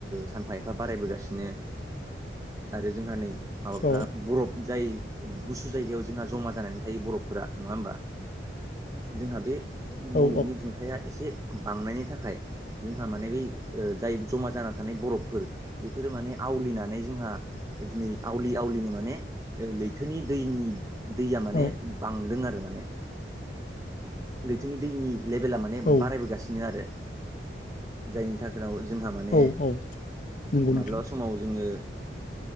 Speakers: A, on the right; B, on the left.
A: सानफा एफा बारायबोगासिनो आरो जोंहा नै माबाफ
B: औ
A: बरफ जाय गुसु जायगायाव जोंहा जमा जानानै थायो बरफफोरा नङा होमबा? जोंहा बे
B: औ
A: मुलुगनि दुंथाया एसे बांनायनि थाखाय जोंहा माने बै जाय जमा जाना थानाय बरफफोर बेफोरो माने आवलिनानै जोंहा दिनै आवलि आवलिनो माने लैथोनि दैनि दैया माने
B: औ
A: बांदों आरो माने लैथोनि दैनि लेभेला माने
B: औ
A: बारायबोगासिनो आरो जायनि थाखायनाव जोंहा माने
B: औ औ नंगौ नोंथां
A: माब्लाब समाव जोङो